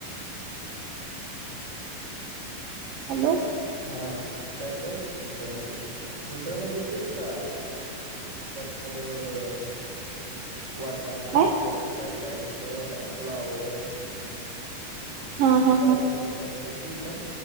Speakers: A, on the right; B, on the right.
A: हॅलो.
B: हा काय काय असत मिसळ मध्ये मिसळ म्हणजे तेच का. त्यात अं वाटाणा,
A: काय
B: परत काय काय असतंय बाबा फ्लावर.
A: हा हा
B: बारीक
A: हा
B: करून असतय ती का.